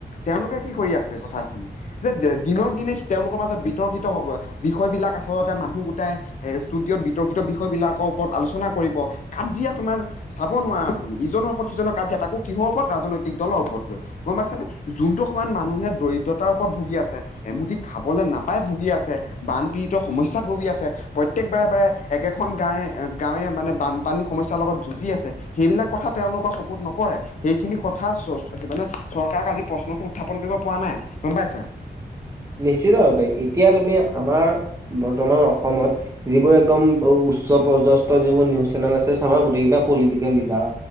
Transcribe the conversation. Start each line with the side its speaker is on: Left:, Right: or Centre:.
Left: তেওঁলোকে কি কৰি আছে কথাখিনি? যে দিনক দিনে তেওঁলোকৰ মাজত বিতৰ্কিত হব বিষয় বিলাক আচলতে মানুহ গোটাই এ ষ্টুডিঅ'ত বিতৰ্কিত বিষয় বিলাকৰ ওপৰত আলোচনা কৰিব কাজিয়া তোমাৰ চাব নোৱাৰা তুমি ইজনৰ ওপৰত সিজনৰ কাজিয়া তাকো কিহৰ ওপৰত ৰাজনৈতিক দলৰ ওপৰত লৈ। গম পাইছানে, যোনটো সময়ত মানুহে দৰিদ্ৰতাৰ ওপৰত ভুগি আছে। এমুটি খাবলৈ নাপাই ভুগি আছে বানপীড়িতৰ সমস্যাত ভুগি আছে। প্ৰত্যেক বাৰে বাৰে একেখন গাঁৱে গাঁৱে মানে বানপানী সমস্যাৰ লগত যুঁজি আছে। সেইবিলাক কথা তেওঁলোকৰ চকুত নপৰে। সেইখিনি কথা চ মানে চৰকাৰক আজি প্ৰশ্নটো উত্থাপন কৰিব পৰা নাই গম পাইছা?
Right: নিশ্চিতভাৱে, এতিয়া তুমি আমাৰ বৰ্তমান অসমত যিবোৰ একদম উচ্চ পৰ্যস্ত যিবোৰ নিউজ চেনেল আছে চাবা গোটেইকেইটা পলিটিকেল লিডাৰৰ।